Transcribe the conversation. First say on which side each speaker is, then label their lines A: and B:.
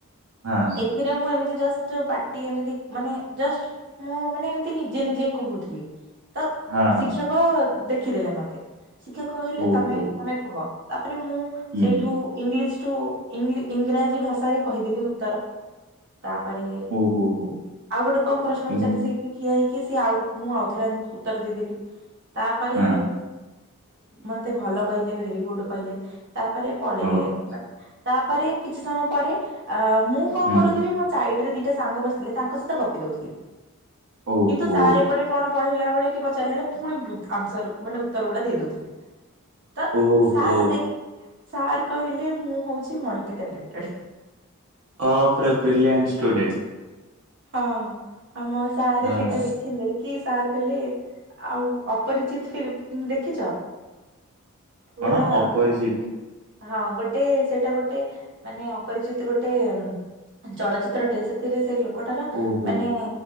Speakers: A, on the right (about 70°); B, on the right (about 55°).
A: ହଁ।
B: ଏଥିରେ ମୁଁ ଏମିତି ଜଷ୍ଟ ପାଟି ଏମିତି ମାନେ ଜଷ୍ଟ୍ ମୁଁ ମାନେ ଏମିତି ନିଜେ ନିଜେ କହୁଥିଲି। ତ
A: ହଁ
B: ଶିକ୍ଷକ
A: ହଁ
B: ଦେଖିଦେଲେ ମତେ ଶିକ୍ଷକ କହିଲେ
A: ଓହୋ
B: ତମେ ତମେ କୁହ। ତାପରେ ମୁଁ
A: ହୁଁ
B: ସେଇଠୁ ଇଂଲିଶ ଟୁ ଇଂରାଜୀ ଭାଷାରେ କହିଦେଲି ଉତ୍ତର। ତାପରେ
A: ଓହୋ ହୋ
B: ଆଉ ଗୋଟେ କଣ ପ୍ରଶ୍ନ ପଚାରିଲେ
A: ଇନ୍
B: ସେ ସେ ଠିଆ ହେଇକି ସିଏ ମୁଁ ଆଉଥରେ ଉତ୍ତର ଦେଇଦେଲି ତାପରେ
A: ହଁ
B: ମତେ ଭଲ କହିଲେ ଭେରି ଗୁଡ କହିଲେ ତା ପରେ ପଳେଇଲେ
A: ଓହୋ
B: ତାପରେ କିଛି ସମୟ ପରେ ଅ ମୁଁ କଣ
A: ହୁଁ
B: କରୁଥିଲି ମୋ ସାଇଡ ରେ ଦିଟା ସାଙ୍ଗ ବସିଥିଲେ ତାଙ୍କ ସହିତ ଗପି ଦଉଥିଲି।
A: ଓହୋ
B: କିନ୍ତୁ ସାର୍ ଏପଟେ କଣ ପଢେଇଲା ବେଳେ କି ପଚାରିଲାବେଳେ ପୁଣି ବୁ ଆନ୍ସର ମାନେ ଉତ୍ତର ଗୁଡା ଦେଇ ଦଉଥିଲି ତ
A: ଓହୋ
B: ସାର୍ ଦେଖ ସାର୍ କହିଲେ ମୁଁ ହଉଚି ମଲ୍ଟି ଟ୍ୟାଲେନଟେଡ।
A: ଅ ପୁରା ବ୍ରିଲିଆଣ୍ଟ ଷ୍ଟୁଡେଣ୍ଟ।
B: ହଁ ଆମ ସାରେ
A: ହଁ
B: ସେଇଟା ଦେଖିଲେ କି ସାର୍ କହିଲେ ଆଉ ଅପରିଚିତ ଫିଲ୍ମ୍ ଦେଖିଚ? ପୁରା
A: କଣ ଅପରିଚିତ
B: ହଁ ଗୋଟେ ସେଇଟା ଗୋଟେ ମାନେ ଅପରିଚିତ ଗୋଟେ ଚଳଚିତ୍ରଟେ ସେଥିରେ ସେ ଲୋକଟାର
A: ଓହୋ
B: ମାନେ